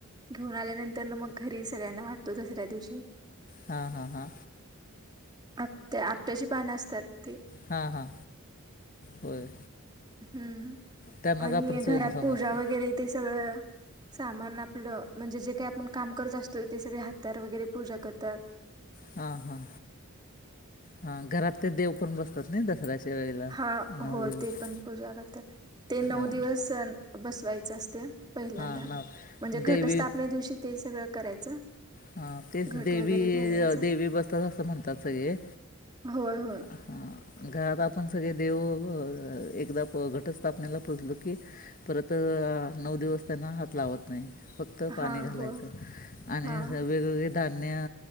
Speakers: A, on the right (about 20°); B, on the left (about 40°).
A: घेऊन आल्यानंतर मग घरी सगळ्यांना वाटतो दसऱ्या दिवशी
B: हा हा हा.
A: आपत्या आपट्याची पानं असतात ते
B: हा हा होय.
A: हम्म
B: त्यांनाच
A: आणि
B: आपण सोनं
A: घरात
B: समजतो
A: पूजा वगैरे ते सगळं. सामान आपलं म्हणजे जे काय आपण काम करत असतोय ते सगळे हात्याार वगैरे पूजा करत्यात
B: हा हा हा घरात ते देव पण बसतात न्हय दसऱ्याच्या वेळेला
A: हा
B: नऊ
A: होय
B: दिवस
A: ते पण पूजा करत्यात ते नऊ
B: हां
A: दिवस सण बसवायचं असते पहिल्यांदा
B: हां नऊ
A: म्हणजे घटस्थापनेदिवशी
B: देवी
A: ते सगळं करायचं.
B: हा तेच
A: घट
B: देवी
A: वगैरे घालायचं
B: देवी बसतात असं म्हणतात सगळे
A: होय होय
B: हा घरात आपण सगळे देव एकदा घटस्थापनेला पुजलो की परत नऊ दिवस. त्यांना हात लावत न्हय फक्त पाणी
A: हा
B: घालायच
A: हो
B: आणि
A: हा
B: वेगवेगळे धान्य